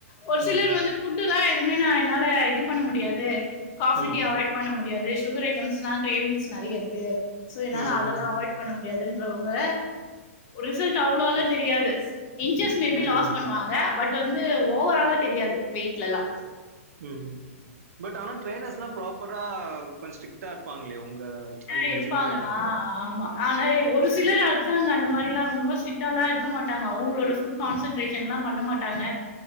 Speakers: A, on the left; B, on the right.
A: ஒரு சிலர்
B: ம்
A: வந்து ஃபுட்டுல்லா எதுவுமே நா என்னால இது பண்ண முடியாது காஃபி
B: ம்
A: டீ அவாய்ட் பண்ண முடியாது சுகர் ஐட்டம்ஸ்லா கிரேவிங்ஸ் நறைய இருக்கு சோ என்னால
B: ம்
A: அதெல்லா
B: ம்
A: அவா அவாய்ட் பண்ண முடியாதுன்றவங்க ரிசல்ட் அவ்ளோலா தெரியாது இன்சஸ் மே பி
B: ம்
A: லாஸ்
B: ம்
A: பண்ணுவாங்க பட் வந்து ஓவராலா தெரியாது வெயிட்லல்லா
B: ம் ம் ம் பட் ஆனா ட்ரரைனஸ்லா ப்ராப்பரா கொஞ்சோ ஸ்ரிட் ஸ்டிட்டா இருப்பாங்களே உங்க அந்த
A: ஆ இருப்பாங்க
B: ஜிம் டிரைனர்
A: ஆ ஆமா ஆனா ஒரு சிலர் இருக்காங்க அந்த மாரில்லா ரொம்ப ஸ்ட்ரீட்டாளாம் இருக்க மாட்டாங்க அவுங்களோட ஃபுட் கான்சன்ட்ரேஷன்லா பண்ண மாட்டாங்க